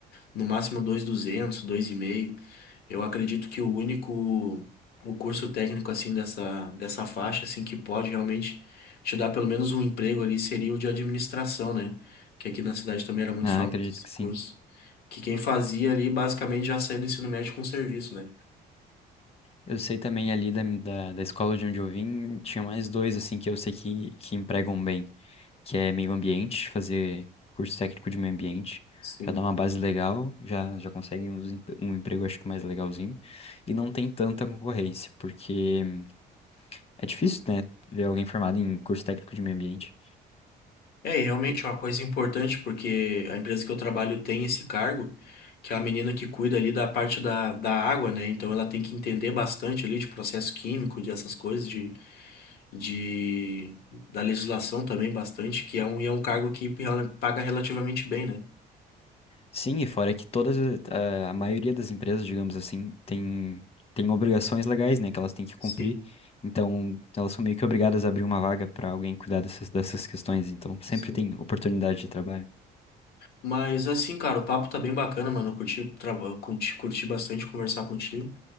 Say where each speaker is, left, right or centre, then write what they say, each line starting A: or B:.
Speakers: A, on the left; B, on the left.
A: no máximo dois dois duzentos dois mil e 2.5. Eu acredito que o único o curso técnico assim dessa dessa faixa assim que pode realmente te dar pelo menos um emprego ali seria o de administração, né? Que aqui na cidade também era muito
B: Ah,
A: famoso
B: acredito
A: esse
B: que sim.
A: curso, que quem fazia ali basicamente já saía do ensino médio com serviço, né?
B: Eu sei também ali da, da, da escola de onde eu vim, tinha mais dois, assim, que eu sei que, que empregam bem, que é meio ambiente, fazer curso técnico de meio ambiente,
A: Sim.
B: já dá uma base legal, já, já consegue uns em- um, emprego, acho que mais legalzinho, e não tem tanta concorrência, porque é difícil, né, ver alguém formado em curso técnico de meio ambiente,
A: É, e realmente é uma coisa importante porque a empresa que eu trabalho tem esse cargo que é a menina que cuida ali da parte da, da água, né? Então ela tem que entender bastante ali de processo químico, de essas coisas, de de da legislação também bastante, que é um, e é um cargo que rela- paga relativamente bem, né?
B: Sim, e fora que todas, eh, a maioria das empresas, digamos assim, tem, tem obrigações legais, né, que elas têm que cumprir.
A: Sim,
B: Então, elas são meio que obrigadas a abrir uma vaga para alguém cuidar dessas, dessas questões. Então, sempre
A: sim.
B: tem oportunidade de trabalho.
A: Mas assim, cara, o papo tá bem bacana, mano. Eu curti, trava- curti, curti bastante conversar contigo,